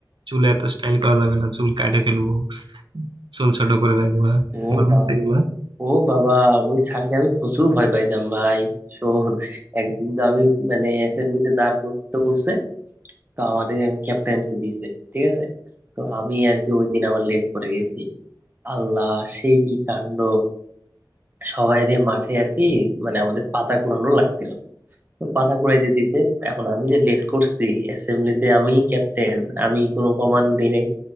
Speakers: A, on the right; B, on the right.
A: চুলে এত স্টাইল করা যাবে না চুল কাটে ফেলবো চুল ছোট করে রাখবা
B: ও
A: মনে
B: বা
A: আছে এগুলা
B: ও বাবা ওই স্যারকে আমি প্রচুর ভয় পাইতাম ভাই শোন একদিন তো আমি মানে অ্যাসেম্বলিতে দাঁড় করতে বলছে তো আমার ক্যাপ্টেন্সি দিছে ঠিক আছে তো আমি আর কি ওই দিন আবার লেট করে গেছি আল্লাহ সে কি কাণ্ড সবাই রে মাঠে আর কি মানে আমাদের পাতা কুড়ানো লাগছিল তো পাতা কুড়াইতে দিছে এখন আমি যে লেট করছি অ্যাসেম্বলিতে আমি ক্যাপ্টেন আমি কোনো কমান্ড দিই নাই